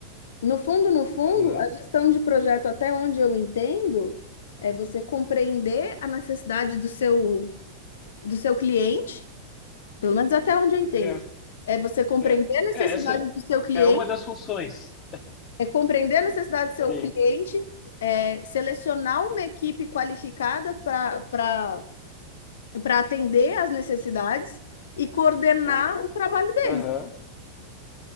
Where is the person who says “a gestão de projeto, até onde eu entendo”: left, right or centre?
Left